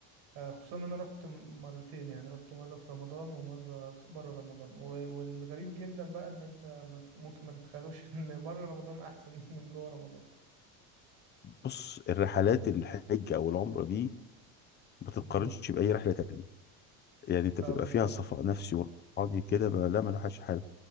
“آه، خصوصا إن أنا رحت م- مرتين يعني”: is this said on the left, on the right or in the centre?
Right